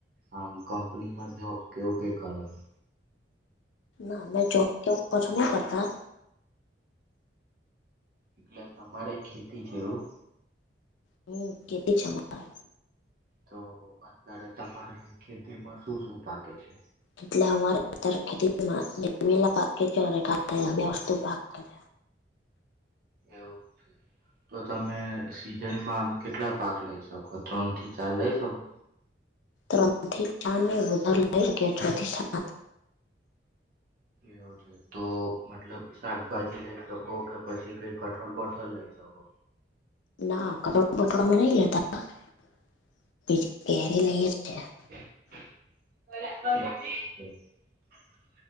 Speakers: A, on the right; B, on the left.
A: આમ કંપનીમાં જોબ કેવું કઈ કરો છો?
B: ના મે જોબ કેવું કછું ના કરતા.
A: એટલે તમારે ખેતી છે, એવું?
B: હમ્મ ખેતી છે, અમારે.
A: તો, અત્યારે તમારે ખેતીમાં શું શું પાકે છે?
B: એટલે અમારે ત્યાર ખેતીમાં નિમુડા પાકે છે <inaudible> બે વસ્તુ આપે છે.
A: એવું છે. તો તમે સીઝનમાં આમ કેટલા પાક લઈ શકો? ત્રણ થી ચાર લઈ શકો?
B: ત્રન થી ચારને વધાર હોય એટલે છ થી સાત.
A: એવું છે. તો મતલબ શાકભાજી લઈ શકો કે પછી કઈ કઠોળ બઠર લઈ શકો?
B: ના કટોળ <unintelligible> તે જ પેરી લઈએ.
A: <inaudible>
B: છે
A: <unintelligible>